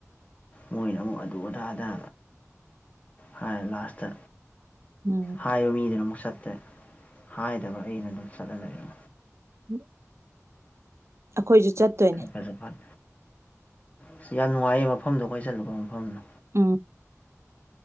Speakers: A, on the left; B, on the right.
A: ꯃꯣꯏꯅ ꯑꯃꯨꯛ ꯑꯗꯨ ꯑꯗꯥ ꯑꯗꯥ ꯍꯥꯏ ꯂꯥꯁꯇ
B: ꯎꯝ
A: ꯍꯥꯏꯕ ꯃꯤꯗꯨꯅ ꯑꯃꯨꯛ ꯆꯠꯇ꯭ꯔꯦ ꯍꯥꯏꯗꯕ ꯑꯩꯅ ꯑꯗꯨꯝ ꯆꯠꯂ ꯂꯩꯔꯦ
B: <inaudible> ꯑꯩꯈꯣꯏꯖꯨ ꯆꯠꯇꯣꯏ
A: ꯐꯖꯐꯥꯠ ꯑꯁ ꯌꯥꯝ ꯅꯨꯡꯉꯥꯏꯌꯦ ꯃꯐꯝꯗꯣ ꯑꯩꯈꯣꯏ ꯆꯠꯂꯨꯕ ꯃꯐꯝꯗ
B: ꯎꯝ